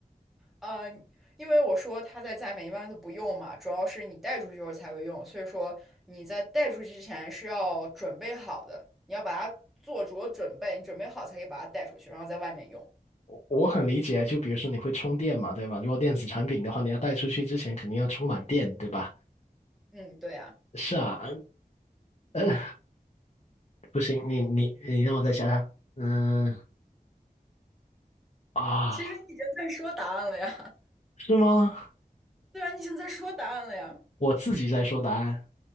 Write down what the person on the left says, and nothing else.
我很理解，就比如说你会充电嘛，对吧？如果电子产品的话，你要带出去之前肯定要充满电，对吧？
是啊，呃，不行，你你你让我再想想，嗯啊，
是吗？
我自己在说答案，